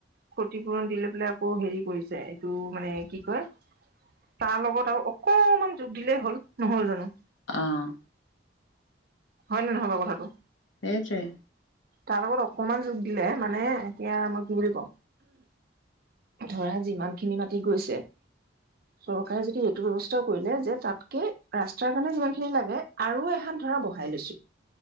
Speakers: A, on the right; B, on the left.
A: ক্ষতিপূৰণ দি লৈ পেলাই আকৌ হেৰি কৰিছে। এইটো মানে কি কয় তাৰ লগত আৰু অকমান যোগ দিলেই হ'ল। নহ'ল জানো?
B: অ'।
A: হয়নে নহয় বাৰু কথাটো?
B: সেইটোৱে।
A: তাৰ লগত অকমান যোগ দিলে মানে এতিয়া মই কি বুলি কম ধৰা যিমানখিনি মাতি গৈছে।
B: <inaudible>
A: চৰকাৰে যদি এইটো ব্যয়ৱস্থাও কৰিলে। যে তাতকে ৰাস্তাৰ কাৰণে যিমান খিনি লাগে আৰু এহাত ধৰা বহ হাই লৈছো